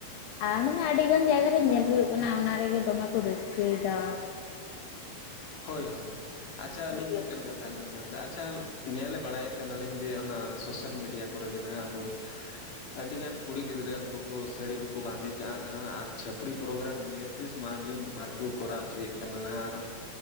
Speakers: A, on the left; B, on the left.
A: ᱟᱢ ᱢᱟᱱᱮ ᱟᱹᱰᱤ ᱜᱟᱱ ᱡᱟᱭᱜᱟᱮ ᱧᱮᱞ ᱦᱩᱭᱩᱜ ᱠᱟᱱᱟ ᱚᱱᱟ ᱨᱮᱜᱮ ᱫᱚᱢᱮ ᱠᱚ ᱨᱟᱹᱥᱠᱟᱹᱭᱮᱫᱟ
B: ᱦᱳᱭ ᱦᱳᱭ ᱟᱪᱪᱷᱟ
A: ᱧᱮᱞ
B: ᱟᱹᱞᱤᱧ
A: ᱦᱩᱭᱩᱜ
B: ᱢᱤᱫᱴᱮᱱ ᱠᱟᱛᱷᱟᱞᱤᱤᱧ ᱢᱮᱱ ᱮᱫᱟ ᱟᱪᱪᱷᱟ ᱧᱮᱞᱮ ᱵᱟᱲᱟᱭᱮᱫ ᱠᱟᱱᱟᱞᱤᱧ ᱡᱮ ᱚᱱᱟ ᱥᱳᱥᱟᱞ ᱢᱤᱰᱤᱭᱟ ᱠᱚᱨᱮ ᱜᱮ ᱱᱟᱸᱜ ᱩᱱᱠᱩ ᱟᱹᱰᱤᱜᱟᱱ ᱠᱩᱲᱤ ᱜᱤᱫᱽᱨᱟᱹ ᱩᱱᱠᱩ ᱠᱚ ᱥᱟᱹᱲᱤ ᱠᱚᱠᱚ ᱵᱟᱸᱫᱮ ᱠᱟᱜᱼᱟ ᱱᱟᱦᱟᱜ ᱟᱨ ᱪᱷᱟᱹᱯᱨᱤᱤ ᱯᱨᱳᱜᱨᱟᱢ ᱱᱤᱭᱟ ᱛᱨᱤᱥ ᱢᱟᱨᱪ ᱡᱩᱱ ᱢᱟᱦᱟ ᱨᱮᱠᱚ ᱠᱚᱨᱟᱣ ᱦᱚᱪᱚᱭᱮᱫ ᱠᱟᱱᱟ ᱟᱨ